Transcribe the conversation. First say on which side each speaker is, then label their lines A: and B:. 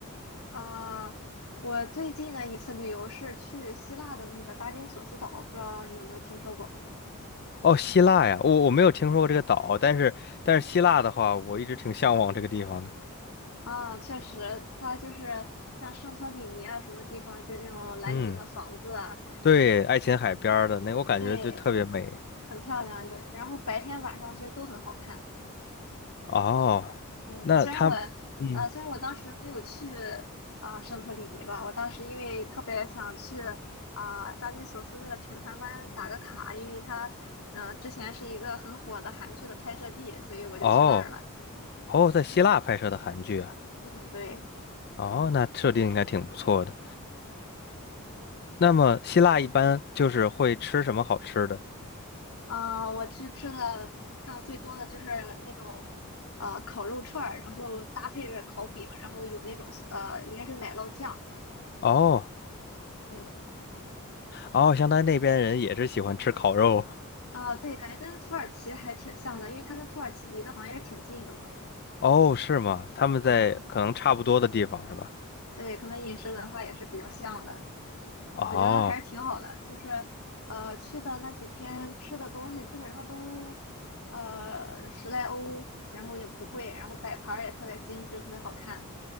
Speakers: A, on the left (about 70°); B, on the left (about 45°).
A: 啊、我最近的一次旅游是去希腊的那个扎金索斯岛，不知道你有没有听说过？
B: 哦，希腊呀，我我没有听说过这个岛，但是但是希腊的话，我一直挺向往这个地方的。
A: 啊，确实，它就是像圣托里尼啊什么地方，就那种蓝顶的房子啊，
B: 嗯，对，爱琴海边儿的那，我感觉就特别美。
A: 对，很漂亮。有，然后白天晚上其实都很好看。
B: 哦，
A: 嗯，
B: 那他，
A: 虽然我，
B: 嗯，
A: 呃，虽然我当时没有去啊、圣托里尼吧，我当时因为特别想去啊、扎金索斯那个沉船湾打个卡，因为它，嗯、之前是一个很火的韩剧的拍摄地，所以我就去那儿了。
B: 哦哦，在希腊拍摄的韩剧啊，
A: 嗯，对，
B: 哦，那设定应该挺不错的。那么希腊一般就是会吃什么好吃的？
A: 啊、我去吃的看的最多的就是那种呃烤肉串儿，然后搭配着烤饼，然后有那种呃应该是奶酪酱，
B: 哦
A: 嗯，
B: 哦，相当于那边人也是喜欢吃烤肉。
A: 啊、对，感觉跟土耳其还挺像的，因为它跟土耳其离得好像也挺近的嘛。
B: 哦，是吗？他们在可能差不多的地方是吧？
A: 嗯，对，可能饮食文化也是比较像的，
B: 哦。
A: 我觉得还是挺好的。就是，呃，去的那几天吃的东西基本上都，呃，十来欧，然后也不贵，然后摆盘儿也特别精致，特别好看。